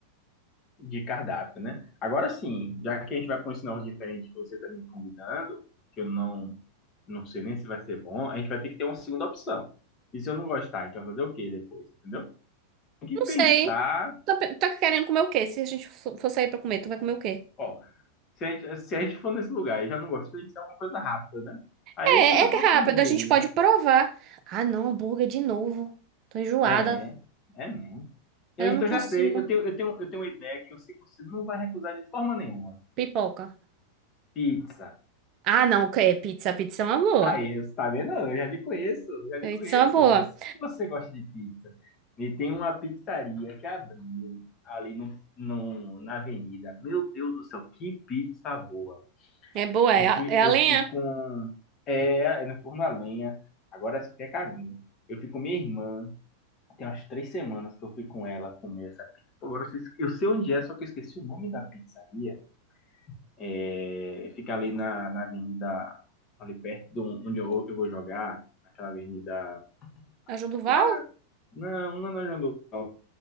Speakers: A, on the left (about 30°); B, on the right (about 40°).
A: de, de cardápio, né? Agora sim, já que a gente vai para um sinal diferente que você está me convidando, que eu não, não sei nem se vai ser bom, a gente vai ter que ter uma segunda opção. E se eu não gostar, a gente vai fazer o quê depois, entendeu? Tem que
B: Não
A: pensar
B: sei. Tá, pe- tá querendo comer o quê? Se a gente fo- for sair pra comer, tu vai comer o quê?
A: Ó, se a gente, se a gente for nesse lugar e já não gostou, a gente tem alguma coisa rápida, né? Aí
B: É,
A: vai
B: é
A: pra uma
B: rápido,
A: hamburgueria.
B: a gente pode provar. Ah, não, hambúrguer de novo. Tô enjoada.
A: É, é mesmo. Eu,
B: Eu
A: então
B: não consigo.
A: já sei, eu tenho, eu tenho, eu tenho uma ideia que eu sei que você não vai recusar de forma nenhuma.
B: Pipoca.
A: Pizza.
B: Ah, não, que é pizza. Pizza é uma boa.
A: Aí, você tá vendo? Eu já lhe conheço, eu já lhe
B: Pizza
A: conheço.
B: é uma boa.
A: Eu sei que você gosta de pizza. E tem uma pizzaria que abriu ali no, no, na avenida. Meu Deus do céu, que pizza boa!
B: É boa,
A: Eu
B: é a,
A: fui,
B: é
A: eu
B: a lenha.
A: fui com. É, é no forno a lenha. Agora essa aqui é carinho. Eu fui com minha irmã. Tem umas três semanas que eu fui com ela comer essa pizza. Pô, Agora eu sei, eu sei onde é, só que eu esqueci o nome da pizzaria. É, fica ali na, na avenida, ali perto de onde eu, eu vou jogar, naquela avenida.
B: A Val?
A: Lá. Não, não é na João Dourado.